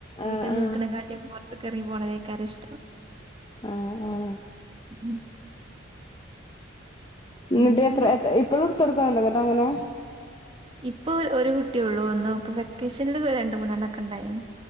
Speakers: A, on the left; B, on the right.
A: ആഹ്
B: വീട്ട്ന്ന്ക്ക്ണകാട്ടിം
A: ആഹ്
B: പൊർ തർങ്ങി പോക്ണതയ്ക്കാരം ഇഷ്ട്ടം
A: ആഹ് ആഹ്
B: ഉം
A: ന്നട്ട്
B: ഉം
A: എത്ര ത്ര ഇപ്പളും തൊട്ക്ക്ണണ്ടോ ന്നട്ടങ്ങനെ
B: ഇപ്പോ ഒരു കുട്ട്യൊള്ളു ന്നോ വെക്കേഷൻല് രണ്ട്മൂന്നണ്ണോക്കെ ണ്ടായീനി